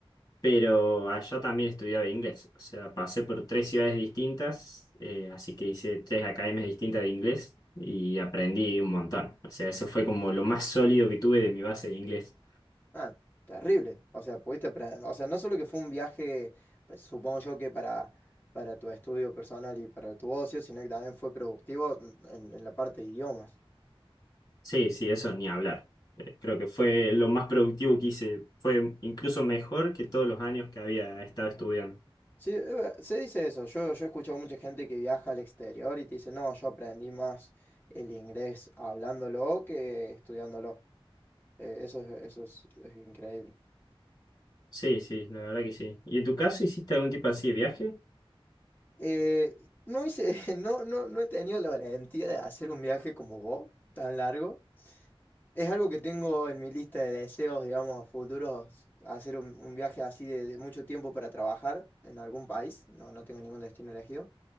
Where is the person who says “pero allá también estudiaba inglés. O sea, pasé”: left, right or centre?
Left